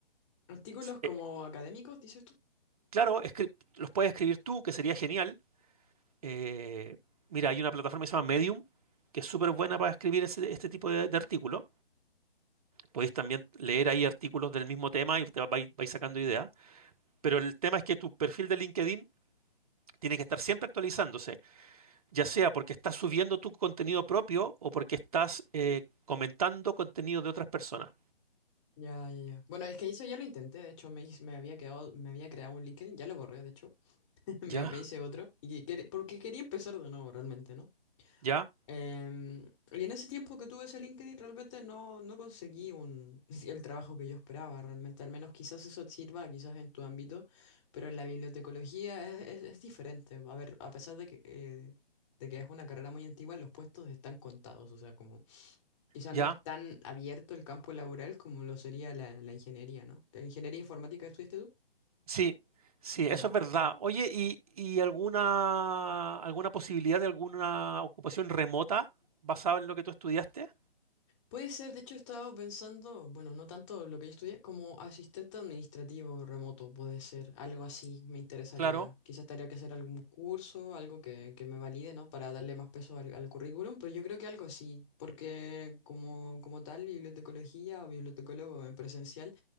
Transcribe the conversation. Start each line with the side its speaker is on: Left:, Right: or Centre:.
Left: Artículos como
Right: eh,
Left: académicos, dices tú.
Right: claro, escri- los puedes escribir tú, que sería genial Eh, mira, hay una plataforma que se llama Medium, que es súper buena para escribir ese- este tipo de, de artículos. Podéis también leer ahí artículos del mismo tema y te va- vais, vais sacando ideas. Pero el tema es que tu perfil de LinkedIn tiene que estar siempre actualizándose, ya sea porque estás subiendo tu contenido propio o porque estás eh, comentando contenido de otras personas.
Left: Ya, ya, ya. Bueno, es que eso ya lo intenté, de hecho me, hice- me había quedado, me había creado un LinkedIn, ya lo borré, de hecho, <laughs> Me,
Right: Ya,
Left: me hice otro. Y quer- porque quería empezar de nuevo realmente, ¿no?
Right: ya,
Left: Em, y en ese tiempo que tuve ese LinkedIn realmente no, no conseguí un, <laughs> el trabajo que yo esperaba realmente. Al menos quizás eso te sirva, quizás en tu ámbito, pero en la bibliotecología es, es, es diferente. A ver, a pesar de que, eh, de que es una carrera muy antigua, los puestos están contados. O sea, como quizás
Right: ya.
Left: no es tan abierto el campo laboral como lo sería la, la ingeniería, ¿no? ¿La ingeniería informática estudiaste
Right: Sí, sí,
Left: tú?
Right: eso es verdad. Oye, ¿y, y alguna, alguna posibilidad de alguna ocupación remota basada en lo que tú estudiaste?
Left: Puede ser, de hecho he estado pensando, bueno, no tanto lo que yo estudié, como asistente administrativo remoto, puede ser, algo así me interesaría.
Right: Claro,
Left: Quizás tendría que hacer algún curso, algo que, que me valide, ¿no? Para darle más peso al, al currículum, pero yo creo que algo así, porque como, como tal, bibliotecología o bibliotecólogo en presencial,